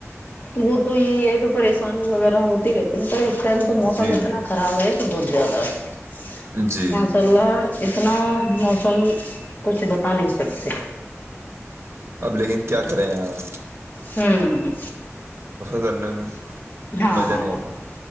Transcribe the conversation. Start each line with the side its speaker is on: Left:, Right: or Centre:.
Left: وہ تو یہی ہے کہ پریشانی وغیرہ ہوتی رہتی م تو اس ٹائم تو موسم
Right: جی
Left: اتنا
Right: جی
Left: خراب ہے تو بہت زیادہ ہے
Right: جی
Left: ماشاء اللہ اتنا موسم کچھ بتا نہیں سکتے
Right: اب لیکن کیا کریں ہیں آپ
Left: ہ
Right: کرنے میں
Left: ہاں
Right: مزہ
Left: ہاں
Right: نہیں آتا